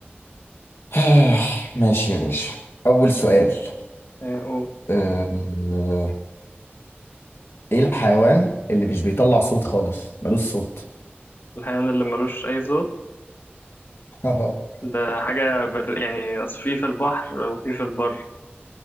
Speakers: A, on the left; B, on the left.
A: <sighs> ماشي يا باشا اول سؤال
B: آه، قول
A: آه، آه، ايه الحيوان اللي مش بيطلع صوت خالص ملوش صوت
B: الحيوان اللي ملوش أي صوت
A: <laughs>
B: ده حاجة بر... يعني أصل في في البحر وفي في البر